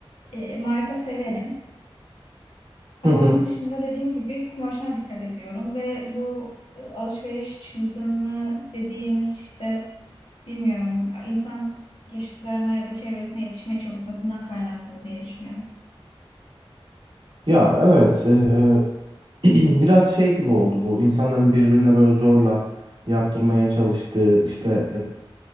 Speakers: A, on the left; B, on the right.
A: e, marka severim. Ama
B: hı hı.
A: onun dışında dediğim gibi kumaşına dikkat ediyorum ve bu e, alışveriş çılgınlığı dediğimiz işte bilmiyorum insan yaşıtlarına ya da çevresine yetişmeye çalışmasından kaynaklı diye düşünüyorum.
B: Ya evet eee, <clears throat> biraz şey gibi oldu bu insanların birbirine böyle zorla yaptırmaya çalıştığı işte